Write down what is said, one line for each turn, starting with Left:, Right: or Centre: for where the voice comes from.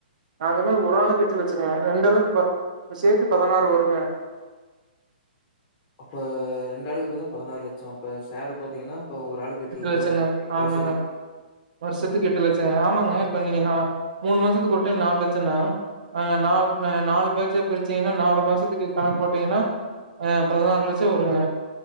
Right: நா சொன்னது ஒரு ஆளுக்கு எட்டு லட்சங்க ரெண்டு ஆளுக்கு பத் சேத்து பதனாறு வருங்க
Left: அப்ப ரெண்டு ஆளுக்கு பாதீனா பதினாறு லட்சம் அப்ப ஷேரு பாத்தீங்கன்னா இப்போ ஒரு ஆளுக்கு எட்டு லட்ச
Right: லட்சங்க
Left: வர மாரி
Right: ஆமாங்க
Left: வருஷத்துக்கே
Right: வருஷத்துக்கு எட்டு லட்சங்க ஆமாங்க இப்ப நீங்க நா மூணு மாசத்துக்கு ஒரு டைம் நாலு லட்சம்னா அ நால் அ நாலு பேஜா பிரிச்சீங்கன்னா நாலு மாசத்துக்கு கணக்கு போட்டீங்ன்னா அ பதினாறு லட்சம் வருங்க